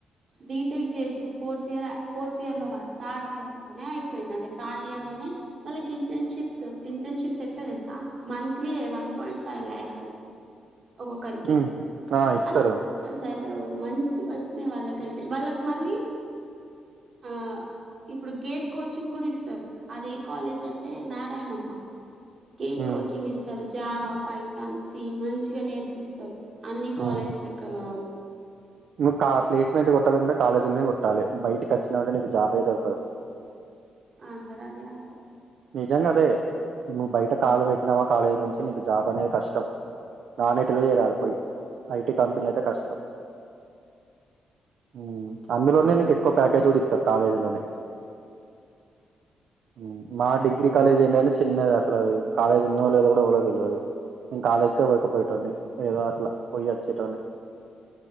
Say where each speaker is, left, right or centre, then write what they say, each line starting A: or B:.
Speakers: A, on the right; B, on the right.
A: బీటెక్ చేసిర్రు ఫోర్త్ ఇయర్ అయ్ ఫోర్త్ ఇయర్ లో కాదు థర్డ్ ఇయర్ లోనే అయిపోయింది అంటే థర్డ్ ఇయర్ ల్లోనే వాళ్ళకి ఇంటర్న్షిప్ ఇంటర్న్షిప్స్ ఎట్ల తెల్సా monthly one point five lakhs ఒక్కొక్కరికి
B: ఉమ్ హ ఇస్తరు
A: అలా అసలు మంచిగొచ్చినయ్ వాళ్ళకైతే వాళ్ళకు మళ్ళీ ఆ ఇప్పుడు గేట్ కోచింగ్ కూడ ఇస్తరు అదే కాలేజ్ అంటే నారాయణమ్మ గేట్
B: ఉమ్
A: కోచింగ్ ఇస్తరు జావా, పైతాన్, సి మంచిగ నేర్పిస్తరు అన్ని కాలేజ్
B: ఉమ్
A: లెక్క గావు
B: నువ్వు కా ప్లేస్మెంట్ గొట్టాలనుకుంటే కాలేజీల్నే కొట్టాలె, బయటకచ్చినవంటే నీకు జాబే దొరకదు
A: అందరదే అంటరు
B: నిజంగదే నువ్వు బయట కాలు పెట్టినవా కాలేజీ నుంచి నీకు జాబ్ అనేది కష్టం నాన్ ఐ టి లో చేరాలి పోయి, ఐ టి కంపెనీలయితే కష్టం ఉమ్ అందులోనే నీకు ఎక్కువ ప్యాకేజ్ గుడ ఇత్తరు కాలేజీలోనే ఉమ్ మా డిగ్రీ కాలేజ్ ఏంటిదంటె చిన్నది అసలది కాలేజ్ ఉందో లేదో గుడ ఎవ్వలక్ తెల్వదు నేన్ కాలేజ్ కె పోకపోయేటోన్ని ఏదో అట్ల పోయి అచ్చేటోన్ని